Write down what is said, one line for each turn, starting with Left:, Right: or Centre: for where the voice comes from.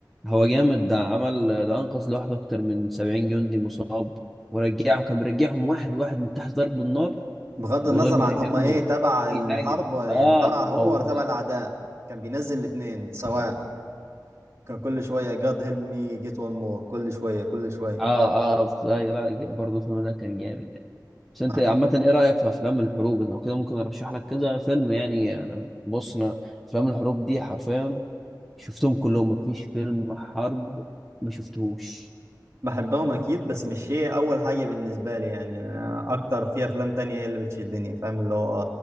Centre: هو جامد ده عمل ده أنقذ لوحده أكتر من 70 جندي مصاب ورجعهم كان بيرجعهم واحد واحد من تحت ضرب النار
Right: فبغض
Centre: من
Right: النظر
Centre: غير ما
Right: عن
Centre: يهمه
Right: هم ايه تبع
Centre: أي
Right: الحرب
Centre: حاجة
Right: ولا-
Centre: اه
Right: يعني تبع هو
Centre: هو
Right: ولا تبع الاعداء كان بينزل الاثنين سواء كان كل شوية جاد هيلب مي جيت وان مور كل شوية كل شوية
Centre: اه اه آه، لا لا برضه الفيلم ده كان جامد بس
Right: مع-
Centre: انت عامة ايه رأيك في افلام الحروب لو كده ممكن ارشح لك كذا فيلم يعني انا بص انا افلام الحروب دي حرفيا شفتهم كلهم مفيش فيلم حرب ما شفتهوش
Right: بحبهم اكيد بس مش هي اول حاجة بالنسبة لي يعني آه، اكتر في افلام تانية هي اللي بتشدني فاهم اللي هو